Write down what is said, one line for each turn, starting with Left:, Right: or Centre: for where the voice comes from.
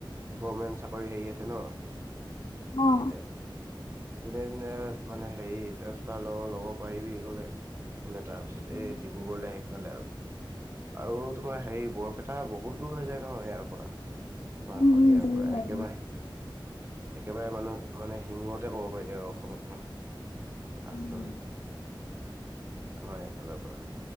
Right: গভমেণ্ট চাকৰি হেৰি আছে ন।
Left: অ'।
Right: মানে যোনে যোনে মানে হেৰি ড্ৰানসফাৰ লব ল'ব পাৰিবি গলে। বোলে তাৰপিছত
Left: উম,
Right: এই ডিব্ৰুগড়লৈ আহি পেলালে আৰু, আৰু তোমাৰ হেৰি বৰপেটা ব বহুত দূৰ হৈ যায় ন ইয়াৰ পৰা
Left: উম,
Right: সদয়াৰ
Left: দূৰ
Right: পৰা
Left: হয়
Right: একেবাৰে একেবাৰে মানুহ মানে সিমূৰতে ক'ব পাৰি আৰু অসমৰ পৰা। ৰাস্তালে
Left: উম।
Right: আমাৰ এইফালৰ পৰা।